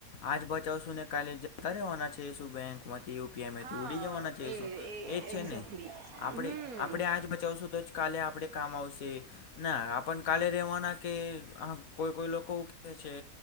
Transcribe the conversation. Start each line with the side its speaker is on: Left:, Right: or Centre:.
Left: આજ બચાવશું ને કાલે જતા રહેવાના છે શું બેંક માંથી યપીઆઈ માંથી
Right: હા
Left: ઉડી જવાના છે.
Right: એ
Left: શું
Right: એ
Left: જ છે
Right: એક્ઝેક્ટલી.
Left: ને આપણે
Right: હમ
Left: આપણે આજ બચાવશું તો જ કાલે આપણેે કામ આવશેને કાલે આપડને રહેવાના કે આ કોઈ કોઈ લોકો કે છે.